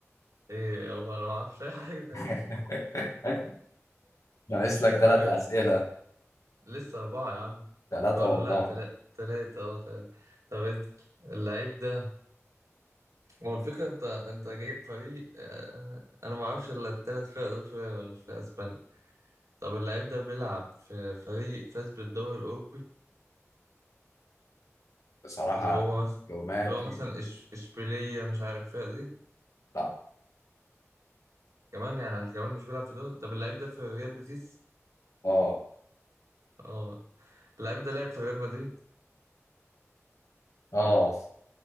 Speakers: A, on the right; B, on the left.
A: ايه هو انا ما اعرفش اي حاجه تاني
B: <laughs> ناقص
A: <laughs>
B: لك ثلاث
A: في...
B: أسئلة
A: لسه اربعه يا عم
B: ثلاثة
A: أه ولا
B: والله
A: لا تلاته تلاته اه تلاته طب انت اللعيب ده هو الفكره انت انت جايب فريق آه، انا ما اعرفش الا التلات فرق دول في... في اسبانيا طب اللعيب ده بيلعب في فريق فاز بالدوري الاوروبي
B: بصراحة
A: اللي هو مثلا
B: معلوماتي
A: اللي هو مثلا إش... اشبيليه مش عارف الفرقه دي
B: لا
A: كمان يعني كمان مش بيلعب في دول طب اللعيب ده في ريال بيتيس
B: اه
A: اه اللعيب ده لعب في ريال مدريد
B: اه